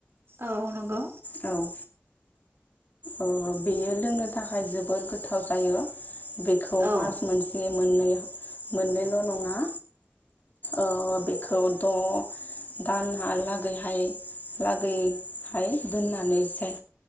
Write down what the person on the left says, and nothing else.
औ। औ औ बेयो लोंनो थाखाय जोबोर गोथाव जायो। बेखौ
मास मोनसे मोननै मोननैल' नङा ओ बेखौ द' दानहा लागैहाय लागै हाय दोननानैसो